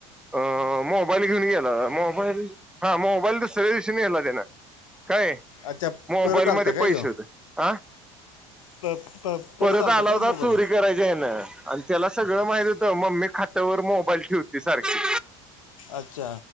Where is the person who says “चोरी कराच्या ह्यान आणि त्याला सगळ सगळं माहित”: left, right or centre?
Centre